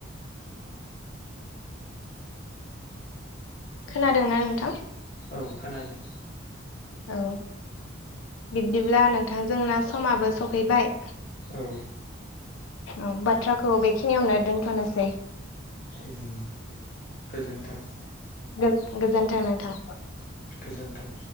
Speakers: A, on the left; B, on the left.
A: खोनादोंना नोंथां?
B: औ खोनादों।
A: औ बिबदिब्ला नोंथां जोंना समाबो सफैबाय।
B: औ।
A: औ बाथ्राखौ बेखिनियावनो दोनथ'नोसै।
B: ओम गोजोन्थों।
A: गो-गोजोन्थों नोंथां।
B: गोजोन्थों।